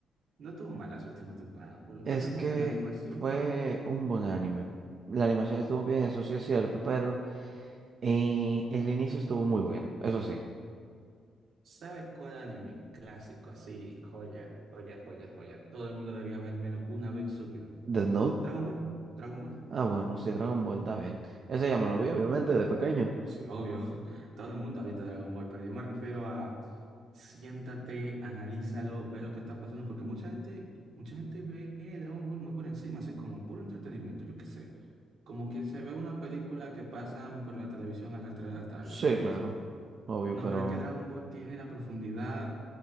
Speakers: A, on the right (about 60°); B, on the right (about 40°).
A: no tuvo malas últimas temporadas. Por lo menos
B: Es que
A: en la animación,
B: fue un buen anime. La animación estuvo bien, eso sí es cierto, pero eh, el inicio estuvo muy bueno, eso sí.
A: ¿sabes cuál anime? Clásico, así, joya, joya, joya, joya. Todo el mundo debería ver menos una vez en su vida.
B: Death Note,
A: Dragon Ball, Dragon Ball.
B: ah bueno, sí, Dragon Ball está bien. Ese ya me
A: Mira,
B: lo vi, obviamente, de pequeño.
A: Sí, obvio, <laughs> todo el mundo ha visto Dragon Ball, pero yo me refiero a siéntate, analízalo, ve lo que está pasando, porque mucha gente, mucha gente ve Dragon Ball muy por encima, así como puro entretenimiento, yo qué sé, como que se ve una película que pasan por la televisión a las 3 de la tarde,
B: Sí,
A: sin
B: claro,
A: más.
B: obvio,
A: No,
B: pero
A: pero es que Dragon Ball tiene la profundidad